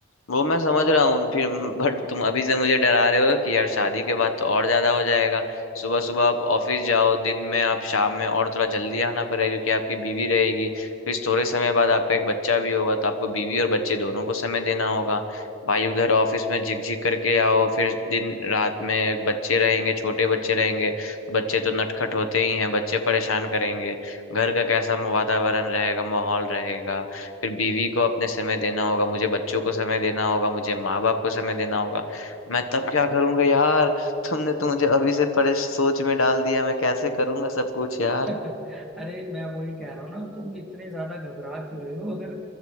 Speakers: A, on the left (about 85°); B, in the centre.
A: वो मैं समझ रहा हूँ फिर बट तुम अभी से मुझे डरा रहे हो कि यार शादी के बाद तो और ज्यादा हो जाएगा सुबह सुबह आप ऑफिस जाओ दिन में आप शाम में और थोड़ा जल्दी आना पड़ेगा क्योंकि आपकी बीवी रहेगी फिर थोड़े समय बाद आपका एक बच्चा भी होगा तो आपको बीवी और बच्चे दोनों को समय देना होगा भाई उधर ऑफिस में झिकझिक करके आओ फिर दिन रात में बच्चे रहेंगे छोटे बच्चे रहेंगे बच्चे तो नटखट होते ही हैं बच्चे परेशान करेंगे घर का कैसा वातावरण रहेगा माहौल रहेगा फिर बीवी को अपने समय देना होगा मुझे बच्चों को समय देना होगा मुझे माँ बाप को समय देना होगा मैं तब क्या करूंगा यार तुमने तो मुझे अभी से परे सोच में डाल दिया मैं कैसे करूंगा सब कुछ यार
B: <laughs> अरे मैं वही कह रहा हूँ ना तुम इतने ज्यादा घबरा क्यों रहे हो अगर